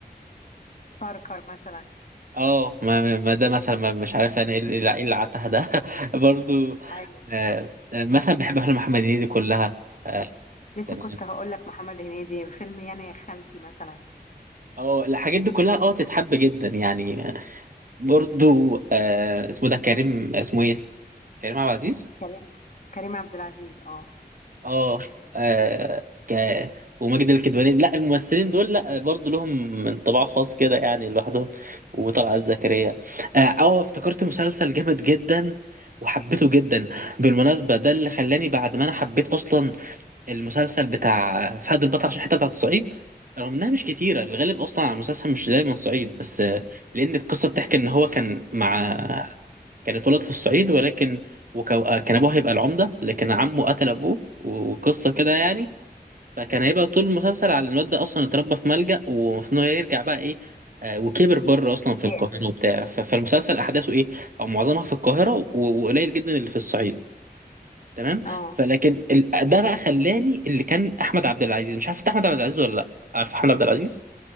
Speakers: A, on the left (about 50°); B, on the right (about 55°).
A: كركر مثلا
B: اه ما ما ده مثلا ما مش عارف انا ايه اللي إيه اللي عتها ده <laughs> برضو
A: ايوه
B: آه آه، مثلا بحب افلام محمد هنيدي كلها
A: لسه
B: تمام
A: كنت هقول لك محمد هنيدي فيلم يانا يا خالتي مثلا
B: اه الحاجات دي كلها اه تتحب جدا يعني آه، برضو آه اسمه ده كريم اسمه ايه كريم عبد العزيز
A: كريم كريم عبد العزيز اه
B: اه آه، ك وماجد الكدواني لا الممثلين دول لا برضه لهم انطباع خاص كده يعني لوحدهم وطلعت زكريا اه أه، افتكرت مسلسل جامد جدا وحبيته جدا بالمناسبة ده اللي خلاني بعد ما انا حبيت اصلا المسلسل بتاع فهد البطل عشان الحتة بتاعت الصعيد رغم انها مش كتيرة الغالب اصلا على المسلسل مش دايما صعيد بس آه، لان القصة بتحكي ان هو كان مع كان اتولد في الصعيد ولكن وكو... آه، كان ابوه هيبقى العمده لكن عمه قتل ابوه وقصه كده يعني فكان هيبقى طول المسلسل على الواد ده اصلا اتربى في ملجأ ومفروض انه يرجع بقى ايه آه، وكبر بره اصلا في
A: تاني
B: القاهره وبتاع ف- فالمسلسل احداثه ايه او معظمها في القاهره و- وقليل جدا اللي في الصعيد تمام
A: اه
B: فلكن ال- ده بقى خلاني اللي كان احمد عبد العزيز مش عارف إنت احمد عبد العزيز ولا لا عارف احمد عبد العزيز